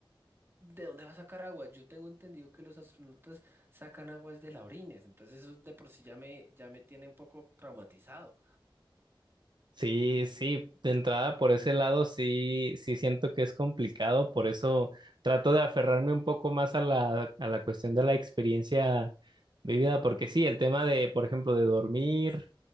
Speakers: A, on the right; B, on the right.
A: ¿De dónde va a sacar agua? Yo tengo entendido que los astronautas sacan aguas de la orines, entonces eso de por sí ya me, ya me tiene un poco traumatizado.
B: Sí, sí, de entrada por ese lado sí, sí siento que es complicado, por eso trato de aferrarme un poco más a la, a la cuestión de la experiencia vivida, porque sí, el tema de, por ejemplo, de dormir,